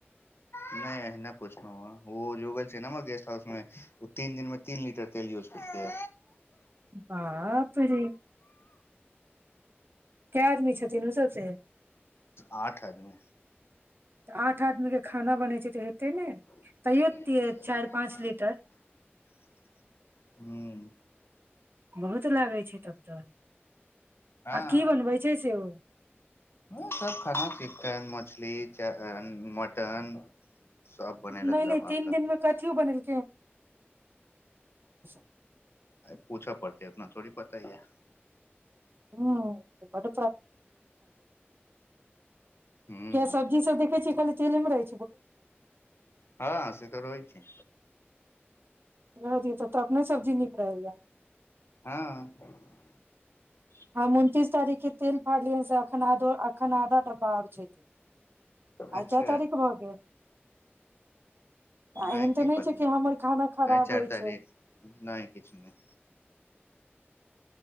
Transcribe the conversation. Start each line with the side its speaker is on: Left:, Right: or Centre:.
Left: नहि अहना पूछना ह व जुगल छै न गेस्ट हाउस मे ओ तीन दिनमे तीन लीटर तेल यूज करतै
Right: बाप रे क आदमी छथिन ओ सभसँ
Left: आठ आदमी
Right: तऽ आठ आदमीके खाना बनैत छै तऽ हेतै ने
Left: ह
Right: तैयो चारि पाँच लीटर बहुत लागै छै तब तऽ
Left: हँ
Right: आ की बनबै छै से ओ
Left: ओ सब खाना चन मछली च मटन सब बनेलक
Right: नहि नहि
Left: दबा
Right: तीन
Left: कऽ
Right: दिन में कथियो बनेल <inaudible>
Left: अ पूछऽ पड़त उतना थोड़ी पता ही य
Right: हू बप
Left: ह
Right: खा सब्जी सब देखै छै खाली क रह
Left: हँ से तऽ रहै छै
Right: नहि दी तब तऽ अपने सब्जी नीक रहैएा
Left: हँ
Right: हँ उनतीस तारखे तेल फाल अखना अखना बड़ छै त
Left: अच्छा
Right: आइ क तारीख बहु गेल एहन
Left: आ की
Right: तऽ नहि
Left: प
Right: छै कि हमर खाना खराब
Left: चार
Right: होइ
Left: तारीख
Right: छै
Left: नहि किछ नहि